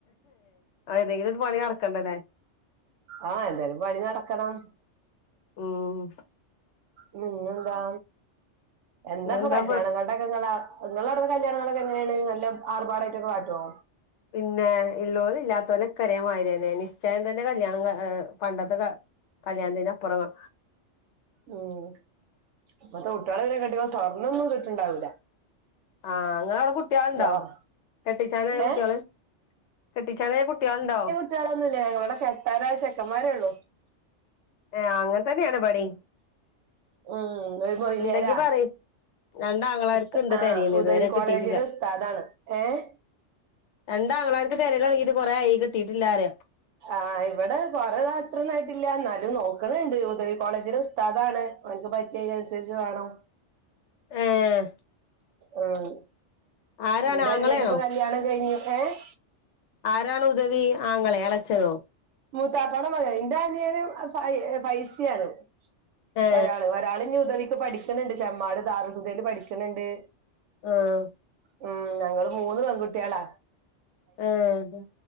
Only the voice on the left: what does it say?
ഏതെങ്കില ഒരു പണി നടക്കണ്ടന്നേ
ഉം
ഇന്നെന്താ
പിന്നെ ഇള്ളവനും ഇല്ലാത്തവനെ കരേമാതിരി തന്നെ നിശ്ചയം തന്നെ കല്യാണം പണ്ടത്തെ കല്യാണത്തിന്റെ പറങ്ങൾ
ആഹ് ഇങളവിടെ കുട്ടികൾണ്ടാവ
കെട്ടിച്ചാനായ
കുട്ടികള് കെട്ടിച്ചാനയാ കുട്ടിയൾ ഉണ്ടാ
ഏഹ് അങ്ങനെ തന്നെയാണ് ഇബടിം
ഉണ്ടെങ്കി പറയ് രണ്ടാങ്ങളാർക്ക്
ഉണ്ട്
തിരയണ്
ഇതുവരെ കിട്ടിയിട്ടില്ല
രണ്ടാങ്ങളാർക്ക് തിരയൽ തുടങ്ങീട്ട് കൊറെയായി കിട്ടിയിട്ടില്ലാരെയ
ഏഹ്
ആരാണ്
ആങ്ങളെയാണോ
ആരാണ് ഉദവി ആങ്ങളെ അളച്ചനോ
ഏ
ആഹ്
ഏഹ്